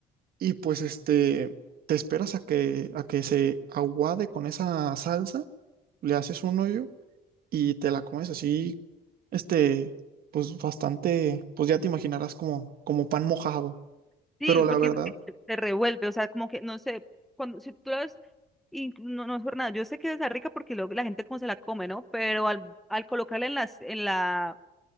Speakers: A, on the right; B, in the centre.
A: y pues este, te esperas a que, a que se aguade con esa salsa, le haces un hoyo y te la comes así, este, pues bastante, pues ya te imaginarás como, como pan mojado.
B: sí,
A: Pero la
B: porque
A: verdad,
B: se se revuelve, o sea, como que, no sé, cuando, si tú la ves, y no, no es por nada, yo sé que es rica porque luego la gente como se la come, ¿no? Pero al, al colocarla en las, en la